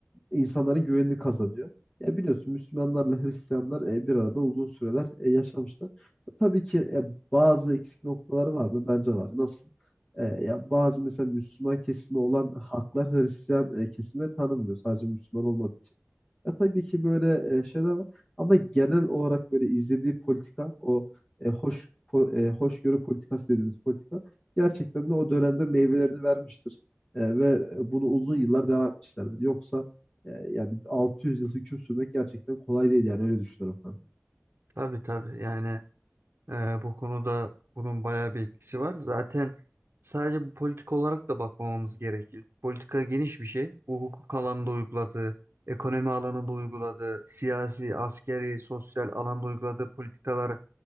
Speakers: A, on the left; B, on the right.
A: insanların güvenini kazanıyor. Ya biliyorsun Müslümanlarla Hristiyanlar e, bir arada uzun süreler e, yaşamışlar. E, Tabii ki e, bazı eksik noktaları var mı? Bence var. Nasıl? E, ya bazı mesela Müslüman kesimi olan haklar Hristiyan e, kesime tanınmıyor. Sadece Müslüman olmadığı için. Ya tabii ki böyle e, şeyler var ama genel olarak böyle izlediği politika o e, hoş po- e, hoşgörü politikası dediğimiz politika gerçekten de o dönemde meyvelerini vermiştir. E, ve e, bunu uzun yıllar devam etmişlerdir. Yoksa e, yani 600 yıl hüküm sürmek gerçekten kolay değil yani öyle düşünüyorum kanka.
B: Tabii tabii yani Ee, bu konuda bunun bayağı bir etkisi var. Zaten sadece bu politik olarak da bakmamamız gerekir. Politika geniş bir şey. Bu hukuk alanında uyguladığı, ekonomi alanında uyguladığı, siyasi, askeri, sosyal alanda uyguladığı politikalar